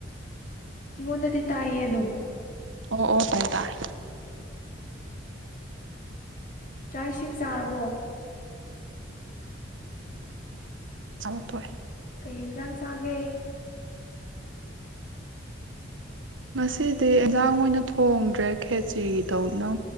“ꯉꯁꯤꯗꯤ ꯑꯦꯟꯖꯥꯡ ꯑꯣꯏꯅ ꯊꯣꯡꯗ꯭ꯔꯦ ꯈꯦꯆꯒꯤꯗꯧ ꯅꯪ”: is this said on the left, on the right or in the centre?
Right